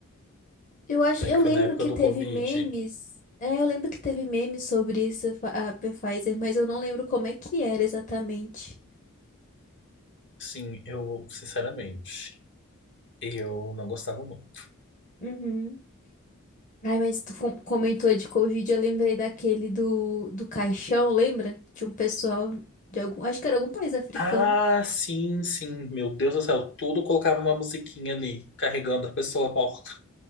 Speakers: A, on the left (about 35°); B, on the left (about 55°).
A: eu acho,
B: né,
A: eu
B: que foi
A: lembro
B: na época
A: que
B: do
A: teve
B: Covid.
A: memes. É, eu lembro que teve memes sobre essa fa- a Pfizer, mas eu não lembro como é que era exatamente.
B: Sim, eu, sinceramente, eu não gostava muito.
A: Uhum. Ai, mas tu com- comentou de Covid, eu lembrei daquele do, do caixão, lembra? Tinha um pessoal de algum, acho que era algum país africano.
B: Ah, sim, sim. Meu Deus do céu, tudo colocava uma musiquinha ali, carregando a pessoa morta.